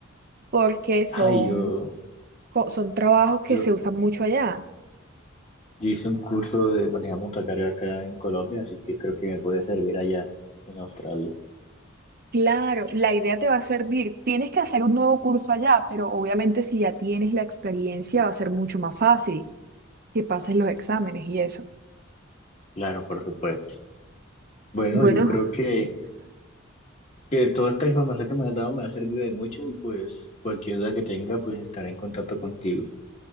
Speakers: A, on the right; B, on the left.
A: porque son,
B: Ay, yo,
A: co- son trabajos que
B: yo,
A: se usan mucho allá.
B: Yo hice un curso de manejo montacarga acá en Colombia, así que creo que me puede servir allá en Australia.
A: Claro, la idea te va a servir. Tienes que hacer un nuevo curso allá, pero obviamente si ya tienes la experiencia va a ser mucho más fácil que pases los exámenes y eso.
B: Claro, por supuesto. Bueno,
A: Bueno,
B: yo creo
A: Ju-
B: que, que toda esta información que me has dado me ha servido de mucho y pues cualquier duda que tenga, pues estaré en contacto contigo.